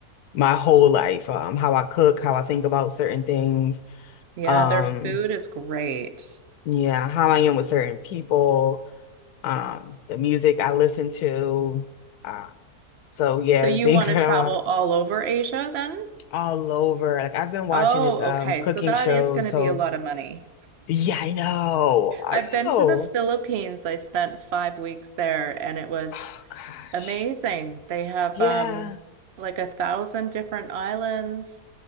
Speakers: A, on the left; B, on the right.
A: my whole life. Um how I cook, how I think about certain things,
B: Yeah,
A: um,
B: their food is great.
A: yeah, how I am with certain people, um, the music I listen to. Uh, so yeah,
B: So you
A: the things
B: want
A: <laughs> that
B: to travel
A: I watch.
B: all over Asia then?
A: all over. Like I've been watching
B: Oh,
A: this um
B: okay.
A: cooking
B: So that
A: show,
B: is going
A: so
B: to be a lot of money.
A: yeah, I know. I
B: I've been
A: know.
B: to the Philippines. I spent five weeks there and it was
A: Oh gosh.
B: Amazing. They have
A: Yeah,
B: um like a thousand different islands